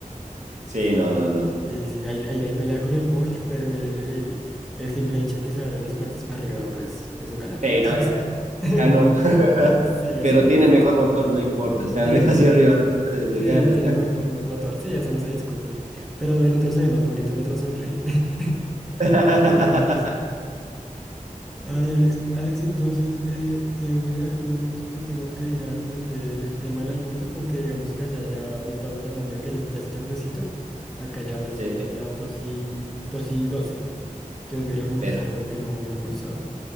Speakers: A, on the right; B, in the centre.
A: sí, no, no, no.
B: Sí, sí, hay, hay, hay pelea con el Porsche, pero el, el, el simple hecho de que se abran las puertas para arriba, pues eso gana puntos.
A: Sí, no, ya,
B: <laughs>
A: ya no. <laughs>
B: Sí, gana,
A: Pero
B: gana
A: tiene
B: puntos.
A: mejor motor, no importa. Se abre
B: Sí,
A: <laughs> hacia arriba, le
B: sí,
A: gana.
B: tiene mejor pot- motor, sí, eso no se discute. Pero el otro se ve más bonito, el otro sonríe. <laughs>
A: <laughs>
B: Ay, Alex. Ay, Alex, Alex, entonces eh, te voy a dejar un momento que tengo que ir a atender el tema del almuerzo porque digamos que allá ya, ya estamos hablando de que ya, ya es tardecito. Acá ya van a ser
A: Sí,
B: las dos y, 2 y doce Entonces voy a ir a almorzar
A: pero.
B: algo que no, no he almorzado.